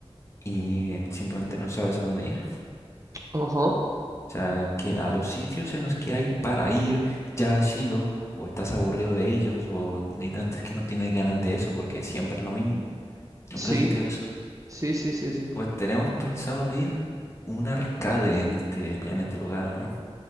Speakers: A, on the left; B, on the right.
A: y simplemente no sabes a dónde ir?
B: Ajá,
A: O sea, que a los sitios en los que hay para ir ya has ido o estás aburrido de ellos o literalmente es que no tienes ganas de eso porque siempre es lo mismo. ¿Nunca
B: sí,
A: has sentido eso?
B: sí, sí, sí, sí.
A: Pues tenemos pensado abrir un arcade en este, en este lugar, ¿no?